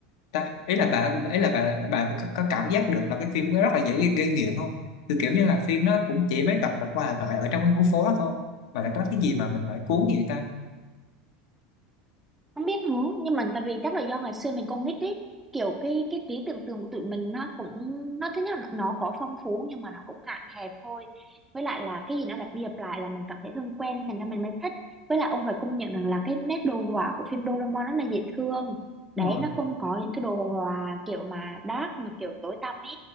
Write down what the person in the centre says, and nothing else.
không biết nữa nhưng mà tại vì chắc là do ngày xưa mình còn nít ý kiểu cái cái trí tưởng tượng của tụi mình nó cũng nó thứ nhất là nó có phong phú nhưng mà nó cũng hạn hẹp thôi với lại là cái gì nó lặp đi lặp lại là mình cảm thấy thân quen thành ra mình mới thích với lại ông phải công nhận rằng là cái nét đồ họa của phim Doraemon rất là dễ thương
đấy
nó không có những cái đồ họa kiểu mà dark mà kiểu tối tăm ý